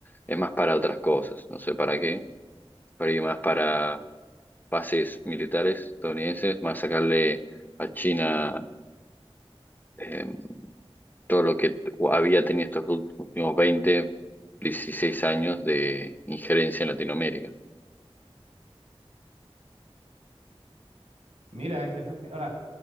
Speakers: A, on the left (about 15°); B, on the right (about 80°).
A: es más para otras cosas, no sé para qué, pero ahí más para bases militares estadounidenses, más sacarle a China eh, todo lo que había tenido estos ult- últimos 20 16 años de injerencia en Latinoamérica.
B: Mira, interesante. Ahora,